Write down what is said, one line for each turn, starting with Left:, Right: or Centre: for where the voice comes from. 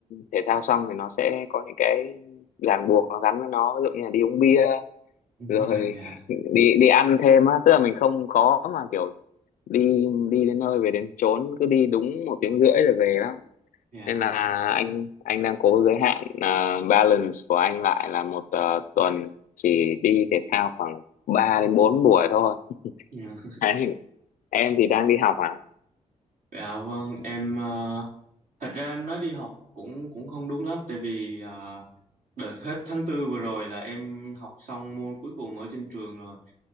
Left: thể thao xong thì nó sẽ có những cái ràng buộc nó gắn với nó ví dụ như là đi uống bia
Right: <laughs>
Left: rồi
Right: dạ,
Left: <laughs> đi đi ăn thêm á tức là mình không có mà kiểu đi đi đến nơi về đến chốn cứ đi đúng một tiếng rưỡi rồi về lắm
Right: dạ.
Left: nên là anh anh đang cố giới hạn à, balance của anh lại là một ờ, tuần chỉ đi thể thao khoảng 3 đến 4 buổi thôi
Right: dạ.
Left: Đấy. em thì đang đi học à
Right: Dạ vâng, em ờ, thật ra nói đi học cũng cũng không đúng lắm tại vì ờ, Đợt hết tháng tư vừa rồi là em học xong môn cuối cùng ở trên trường rồi